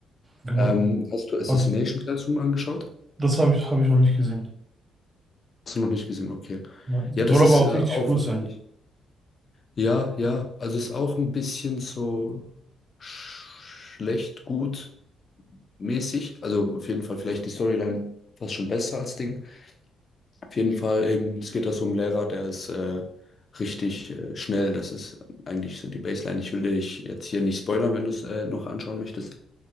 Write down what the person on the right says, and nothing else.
genau.
Also,
das habe ich, habe ich noch nicht gesehen.
Nein.
Soll
aber
auch
richtig gut
sein.